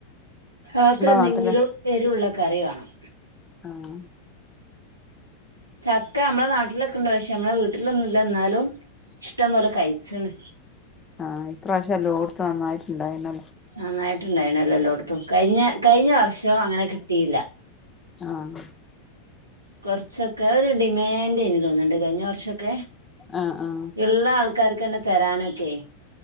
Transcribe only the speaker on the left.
നാട്ടില്
ആഹ
ആഹ ഇപ്രാവശ്യല്ലോ എല്ലോടത്തും നന്നായിട്ടുണ്ട് നന്നായിട്ടുണ്ടായിണല്ലോ
ആഹ
ആഹ് ആഹ്